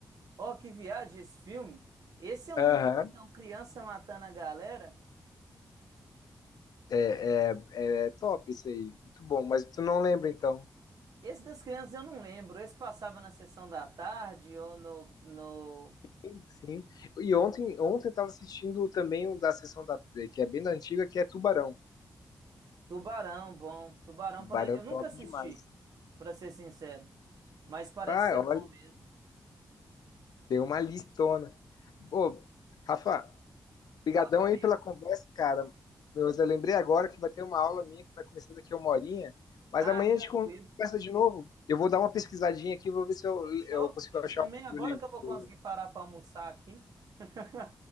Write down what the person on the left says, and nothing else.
Aham.
É, é, é top isso aí. Muito bom. Mas tu não lembra então.
Sim, sim. E ontem, ontem eu tava assistindo também um da sessão da, eh, que é bem da antiga, que é Tubarão.
Tubarão
top
demais.
Ah,
olha,
deu uma listona. Ô, Rafa, brigadão
aí pela conversa, cara. Mas eu lembrei agora que vai ter uma aula minha que vai começar daqui a uma horinha, mas
amanhã
a gente conversa de novo. Eu vou dar uma pesquisadinha aqui, vou ver se eu,
eu consigo achar
o nome
do livro.